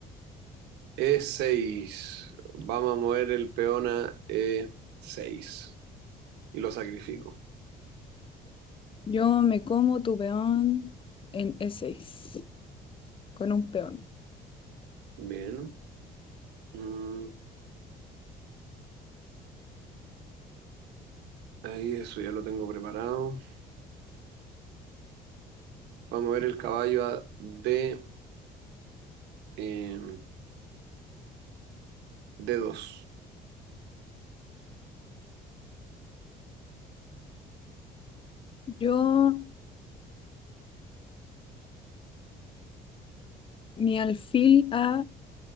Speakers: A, on the right; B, on the left.
A: e seis. vamos a mover el peón a e seis. y lo sacrifico.
B: Yo me como tu peón en E6 con un peón.
A: Bien. Mm, ahí eso ya lo tengo preparado. Vamos a ver el caballo a D, eh, D2.
B: Yo mi alfil a